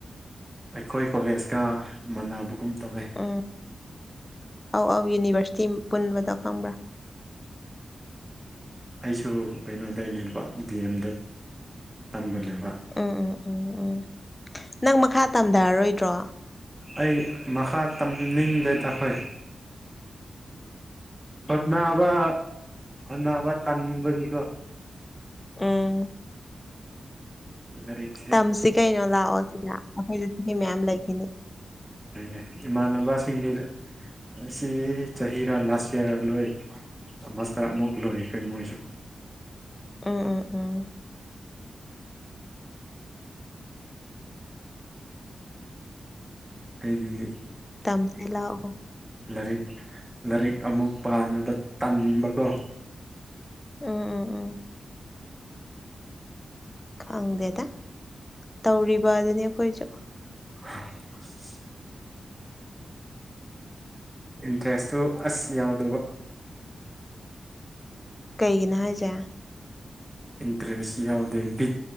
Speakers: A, on the right; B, on the left.
A: ꯑꯩꯈꯣꯏ ꯀꯣꯂꯦꯖꯀ ꯃꯥꯟꯅꯕꯒꯨꯝ ꯇꯧꯋꯦ
B: ꯎꯝ ꯑꯧ ꯑꯧ ꯌꯨꯅꯤꯚꯔꯁꯤꯇꯤ ꯄꯨꯟꯕꯗꯣ ꯈꯪꯕ꯭ꯔꯥ
A: ꯑꯩꯁꯨ ꯀꯩꯅꯣꯗꯩꯅꯦꯕ ꯗꯤ ꯑꯦꯝꯗ ꯇꯝꯕꯅꯦꯕ
B: ꯎꯝ ꯎꯝ ꯎꯝ ꯎꯝ ꯅꯪ ꯃꯈꯥ ꯇꯝꯗꯔꯔꯣꯏꯗ꯭ꯔꯣ
A: ꯑꯩ ꯃꯈꯥ ꯇꯝꯅꯤꯡꯗꯦꯗ ꯍꯣꯏ ꯍꯣꯠꯅꯕ ꯍꯣꯠꯅꯕ ꯇꯟꯕꯒꯤꯀꯣ
B: ꯎꯝ
A: ꯑꯔꯦ
B: ꯇꯝꯁꯤ ꯀꯩꯅꯣ ꯂꯥꯛꯑꯣ ꯁꯤꯗ ꯑꯩꯈꯣꯏꯁꯨ ꯆꯍꯤ ꯃꯌꯥꯝ ꯂꯩꯈꯤꯅꯤ
A: ꯐꯩꯅꯦ ꯏꯃꯥꯟꯅꯕꯁꯤꯡꯗꯤ ꯑꯩꯁꯤ ꯆꯍꯤꯔꯥ ꯂꯥꯁ ꯌꯥꯔꯔꯥ ꯂꯣꯏ ꯃꯥꯁꯇꯔ ꯑꯃꯨꯛ ꯂꯣꯏꯈ꯭ꯔꯦ ꯃꯣꯏꯁꯨ
B: ꯎꯝ ꯎꯝ ꯎꯝ
A: ꯑꯩꯗꯤ
B: ꯇꯝꯁꯤ ꯂꯥꯛꯑꯣ
A: ꯂꯥꯏꯔꯤꯛ ꯂꯥꯏꯔꯤꯛ ꯑꯃꯨꯛ ꯄꯥꯅꯕ ꯇꯟꯕꯀꯣ
B: ꯎꯝ ꯎꯝ ꯎꯝ ꯈꯪꯗꯦꯗ ꯇꯧꯔꯤꯕ ꯑꯗꯨꯅꯤ ꯑꯩꯈꯣꯏꯁꯨ
A: <unintelligible> ꯏꯟꯇꯔꯦꯁꯇꯨ ꯑꯁ ꯌꯎꯗꯕ
B: ꯀꯩꯒꯤꯅꯣ ꯍꯥꯏꯁꯦ
A: ꯏꯟꯇꯔꯦꯁ ꯌꯥꯎꯗꯦ ꯕꯤꯠ